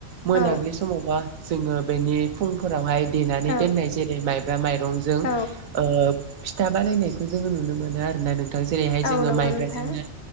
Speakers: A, on the right (about 80°); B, on the left (about 55°).
A: मोनाबिलि
B: औ
A: समावबा जोङो बेनि फुंफोरावहाय देनानै
B: औ
A: दोननाय जेरै माइब्रा माइरंजों
B: औ
A: ओ फिथा बानायनायखौ जोङो नुनो मोन नों आरोना नोंथां जेरैहाय
B: औ
A: जोङो
B: नंगौ
A: माइब्राजोंनो
B: नोंथां